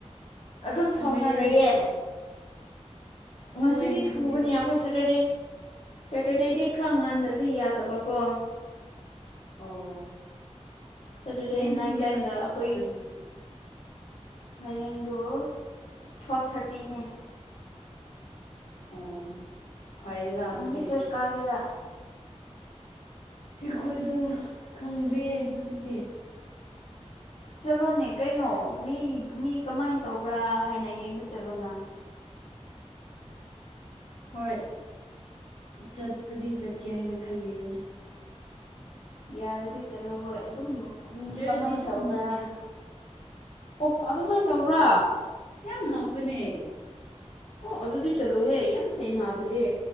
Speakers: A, on the left; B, on the left.
A: ꯑꯗꯨꯝ
B: ꯊꯨꯑꯦꯍꯦ
A: ꯐꯝꯔ ꯂꯩꯌꯦ
B: ꯉꯁꯤꯗꯤ
A: ꯉꯁꯤꯗꯤ
B: ꯊꯨꯑꯦ
A: ꯊꯨꯕꯅꯦ
B: ꯅꯪ
A: ꯑꯩꯈꯣꯏ ꯁꯠꯇꯔꯗꯦ ꯁꯠꯇꯔꯗꯦꯗꯤ ꯈꯔ ꯉꯟꯗ꯭ꯔꯗꯤ ꯌꯥꯗꯕꯀꯣ
B: ꯑꯧ
A: ꯁꯦꯇꯔꯗꯦ
B: ꯍꯌꯦꯡ
A: ꯅꯥꯏꯠ
B: ꯄꯨꯡ ꯀꯌꯥꯗ
A: ꯇꯥꯏꯝꯗ
B: ꯆ꯭ꯔꯁ
A: ꯑꯩꯈꯣꯏ
B: ꯀꯥꯗꯣꯏꯅꯣ
A: ꯍꯌꯦꯡꯗꯣ ꯇꯨꯋꯦꯜꯞ ꯊꯔꯇꯤꯅꯦ
B: ꯑꯣ ꯐꯩꯌꯦꯗ ꯑꯗꯨꯗꯤ
A: ꯅꯪꯗꯤ ꯆꯔꯆ ꯀꯥꯒꯦꯔꯥ
B: ꯑꯩꯈꯣꯏꯗꯣ ꯈꯪꯗ꯭ꯔꯤꯌꯦ ꯍꯧꯖꯤꯛꯇꯤ
A: ꯆꯠꯂꯣꯅꯦ ꯀꯩꯅꯣ ꯃꯤ ꯃꯤ ꯀꯃꯥꯏꯅ ꯇꯧꯕ꯭ꯔ ꯍꯥꯏꯅ ꯌꯦꯡꯕ ꯆꯠꯂꯣꯅ
B: ꯍꯣꯏ ꯆꯠꯄꯗꯤ ꯆꯠꯀꯦ ꯍꯥꯏꯅ ꯈꯜꯂꯤꯕꯅꯤ
A: ꯌꯥꯔꯗꯤ ꯆꯠꯂꯣ ꯍꯣꯏ ꯑꯗꯨꯝ ꯃꯤ
B: ꯆꯔꯆꯗꯤ
A: ꯀꯃꯥꯏꯅ
B: ꯌꯥꯝ
A: ꯇꯧꯕ꯭ꯔꯥ
B: ꯅꯛꯑꯦꯗ
A: ꯍꯥꯏ ꯑꯣ ꯑꯗꯨꯃꯥꯏꯅ ꯇꯧꯕ꯭ꯔ
B: ꯌꯥꯝ ꯅꯛꯄꯅꯦ
A: ꯑꯣ ꯑꯗꯨꯗꯤ ꯆꯠꯂꯣꯍꯦ ꯌꯥꯝ ꯐꯩꯅ ꯑꯗꯨꯗꯤ